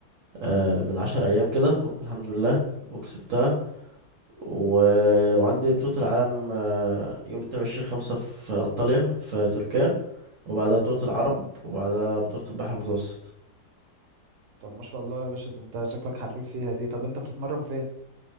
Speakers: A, on the right; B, on the right.
A: آه، من عشر أيام كده الحمد لله وكسبتها و... وعندي بطولة العالم آه، يوم اتنين وعشرين خمسة في أنطاليا في تركيا وبعدها بطولة العرب وبعدها بطولة البحر المتوسط
B: طب ما شاء الله يا باشا ده انت شكلك حريف فيها دي طب انت بتتمرن فين